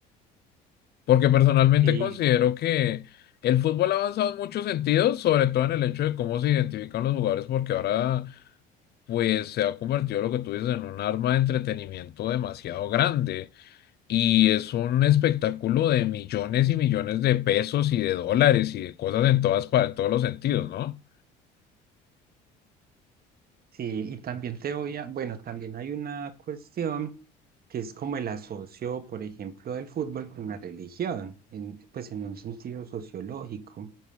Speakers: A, on the left; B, on the right.
A: Porque personalmente
B: Sí,
A: considero que el fútbol ha avanzado en muchos sentidos, sobre todo en el hecho de cómo se identifican los jugadores, porque ahora pues se ha convertido lo que tú dices en un arma de entretenimiento demasiado grande y es un espectáculo de millones y millones de pesos y de dólares y de cosas en todas pa- en todos los sentidos, ¿no?
B: Sí, y también te voy a, bueno, también hay una cuestión que es como el asocio, por ejemplo, del fútbol con la religión, en- pues en un sentido sociológico.